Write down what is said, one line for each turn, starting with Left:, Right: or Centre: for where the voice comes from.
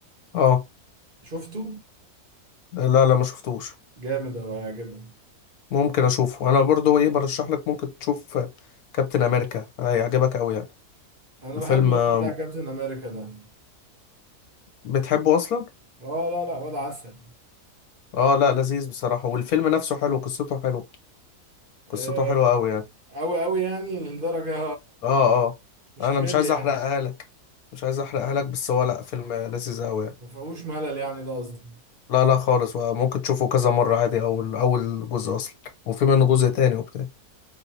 Left: اه
Right: شفته
Left: لا لا ما شفتوش
Right: جامد اوي هيعجبك
Left: ممكن اشوفه انا برضو ايه برشح لك ممكن تشوف كابتن امريكا هيعجبك قوي يعني
Right: انا
Left: الفيلم
Right: بحب الواد
Left: آه،
Right: بتاع كابتن امريكا ده
Left: بتحبه اصلا
Right: اه لا لا واد عسل
Left: اه لا لذيذ بصراحة والفيلم نفسه حلو قصته حلو
Right: آه،
Left: قصته حلوة قوي يعني
Right: اوي اوي يعني لدرجه
Left: اه اه
Right: مش
Left: انا
Right: همل
Left: مش عايز
Right: يعني
Left: احرقها لك مش عايز احرقها لك بس هو لا فيلم لذيذ قوي يعني
Right: ما فيهوش ملل يعني ده قصدي
Left: لا لا خالص ممكن تشوفه كذا مرة عادي اول اول جزء اصلا وفي منه جزء تاني وبتاع